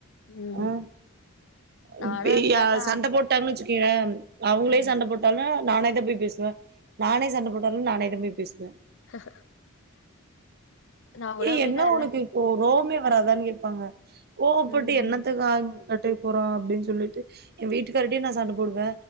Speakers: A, on the left (about 60°); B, on the right (about 50°).
A: ம்
B: உஹம் <unintelligible>
A: நானு அப்டிதாக்கா
B: சண்டை போட்டாங்கு வச் கீழ அவங்ளே
A: அ
B: சண்டை போட்டாங்க நானே தா போய் பேசுவ நானே சண்டை போட்டாலு நானே தா போய் பேசுவ
A: <unintelligible> நா கூட
B: ஏ
A: அப்டிதா
B: என்ன
A: எல்லா
B: உனக்கு இப்போ றோ அதுவுமே வராதான் கேட்பாங்க கோப்பட்டு
A: ம்
B: என்னத்துக்க
A: ம்
B: <unintelligible> அட்டைக்கு போற அப்டின் சொல்ட்டு என் வீட்டுக்கார்ட்டையு நா சண்ட போடுவ